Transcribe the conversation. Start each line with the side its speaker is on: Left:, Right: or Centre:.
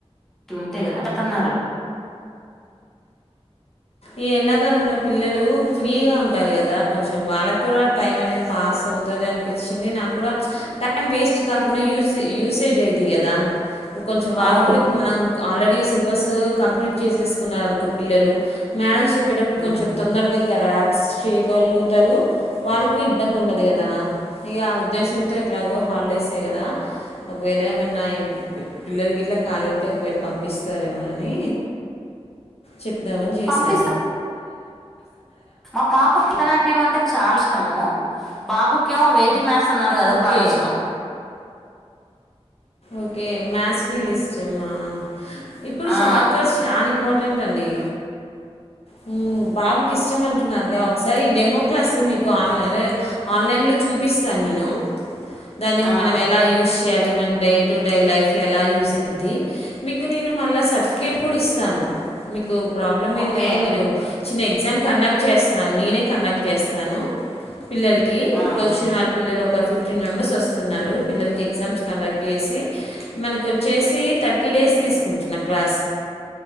Centre: ఉంటాయి కదా అన్నారు
Left: ఈ ఎండాకాలంలో పిల్లలు ఫ్రీగా ఉం టారూ కదా కొంచెం వాళ్ళకు కూడా టైం అనేది పాస్ అవుతుది అనిపిం చింది నాకు కూడా టై టైం వేస్ట్ కాకుండా యూ యూసేజ్ అయిది కదా కొంచెం వాళ్
Centre: అవును
Left: కుడి ఇప్ మనం ఆల్రెడిీ సిలబస్ కంప్లీట్ చేసేసుకున్నారుారనుకో పిల్లలు మేడం చెప్ వచ్చేటప్పుడు
Centre: ఉమ్
Left: కొంచెం తొందరగా ఇ యాప్స్ చేయగలుగుతారు వాళ్ళకు ఇబ్బంది ఉండదు కదా ఇక ఉద్దేశంతో ఎట్లాగో హాలిడేసే కదా ఒకవేళ ఏమన్నా పిల్లలకి ఇట్లా ఖాళీ ఉంటే ఒకవేళ పంపిస్తార ఏమనాని చెప్దామని చేసి
Centre: పంపిస్తున్న మా పాపకి భరత నాట్యం అంటే చాలా ఇష్టము బాబు క్యో వేదిక్ మాస్ అన్నారు క అదా
Left: ఓకే
Centre: బాగా ఇష్టం
Left: ఓకే మాస్లిష్టమా ఇప్పుడు
Centre: ఆ
Left: షార్ట్ కట్ షాన్ ఇంపార్ర్టెట్ అండి హుమ్ బాబుకి ఇష్టమం టున్నారుగా ఒకసారి డెమో క్లాస్ మీకు ఆలై ఆన్లైన్ చూపిస్తాను నేను దాన్ని
Centre: ఆ
Left: మనం ఎలా యూస్ కాళీ మైన్ డే టు డే లైఫ్లో ఎలా యూజ్ అవుది మీకు నేను మళ్ళీ సర్టిఫికేట్ కూడా ఇస్తాను కు ప్రాబ్లం ఏం
Centre: ఓకే
Left: లేదు మీరు చిన్న ఎగ్జామ్ కండక్ట్ చేస్తాను నేనే కండక్ట్ చేస్తాను పిల్లలకి ఇప్పుడు
Centre: ఆ
Left: వచ్చిన వాళ్ళ పిల్లలు ఒక ఫిఫ్ ఫిఫిటిన్ మింబర్స్ వస్తున్నారు పిల్లలకి ఎగ్జామ్స్ కండ సి మనకు వచ్చేసి థర్టీ డేస్ తీసుకుంటున్నా క్లాస్